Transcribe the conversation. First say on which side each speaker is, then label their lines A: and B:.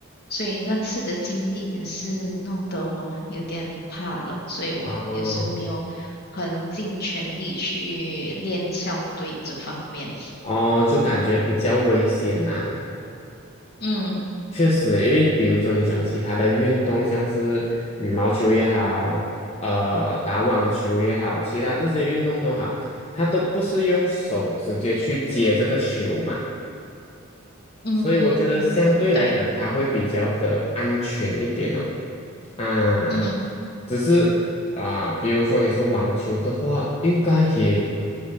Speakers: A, on the left; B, on the left.
A: 所以那次的经历也是弄得我有点怕了，所以我也是没有很尽全力去练校队这方面。
B: 哦哦，就感觉比较危险呐、
A: 嗯
B: 确实诶因为比如说你讲其他的运动，像是羽毛球也好，呃，打网球也好，其他这些运动都好，它都不是用手直接去接这个球嘛，
A: 嗯，
B: 所以我觉得相对来讲，
A: 对，
B: 它会比较的安全一点哦。啊，
A: 嗯，
B: 只是啊，比如说你说网球的话，应该也